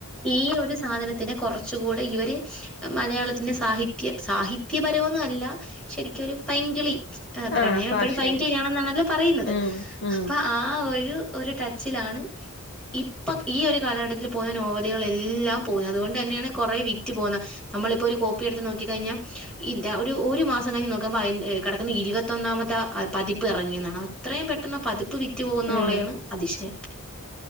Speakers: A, in the centre; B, on the left.
A: ഈ ഒരു സാനത്തിന് കുറച്ച കൂടെ ഇവര് മലയാളത്തിന്റെ സാഹിത്യ സാഹിത്യപരന്നുല്ല ശരിക്കരു പൈങ്കിളി പ്രണയം
B: ആഹ് ഭാഷയില്
A: പ്പോഴും ബൈങ്കിയണെന്നല്ലോ പറയുന്നത്
B: ഉം ഉം
A: അപ്പൊ ആ ഒരു ഒരു ടച്ചിലാണ് ഇപ്പം ഈ ഒരു കാലഘട്ടത്തിൽ നോവലുകളെല്ലാം പോകുന്നത് അതുകൊണ്ടാണ് കുറേ വിറ്റ് പോകുന്നത് നമ്മളിപ്പോ ഒരു കോപ്പി എടുത്ത് നോക്കി കഴിഞ്ഞാൽ ഇ ഒരു മാസം കഴിഞ് നോക്കുമ്പോൾ കിടക്കുന്ന ഇരുപ ന്നാമത്തെ പതിപ്പിറങ്ങിയതാണ് അത്രയും പെട്ടെന്ന് പതിപ്പ് വിറ്റു പോകുന്നുള്ളതാണ്
B: ഉം
A: അതിശയം